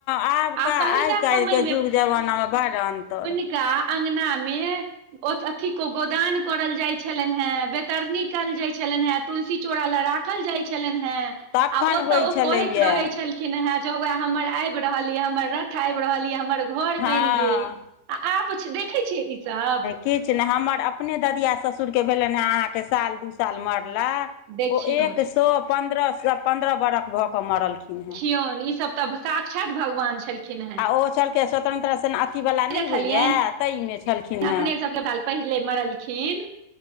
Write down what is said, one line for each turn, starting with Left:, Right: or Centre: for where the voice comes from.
Left: आबका
Right: आ पहिलुका
Left: आइ
Right: समय
Left: काइलके जुग जबानामे बड़ अन्तर।
Right: का अंगनामे- ओ तऽ अथि क क-गोदान करल जाइत छलनै हॅं वैतरणी कयल जाइत छलनहॅं। तुलसी चोरा लए राखल जाइल छलनहॅं
Left: तखन
Right: आ ओतऽ
Left: होइ
Right: ओ
Left: छलैए
Right: कहैत रहै छल- खीन ह जउह हमर आबि रहल ये हमर रथ आबि रहल ये हमर घर
Left: हँ
Right: बैन- गेल आ आब देखे छिये ई सब-
Left: किछ नहि हमर अपने ददिआ ससुरके भेलन हँ अहाँके साल दू साल मरला-
Right: देखियौन
Left: ओ एक सए पन्द्रह -पन्द्रह स-बरख भऽ कऽ मरलखिन हॅं।
Right: कियोन ई सब- तब साक्षात भगवान छलखिनहें।
Left: ओ छलकै स्वतंत्रता से -अथी वाला नहि
Right: देखलियनि
Left: होइया ताहि मे छलखिन।
Right: अपने
Left: हेँ
Right: सबके बाल पहिले मरलखिन।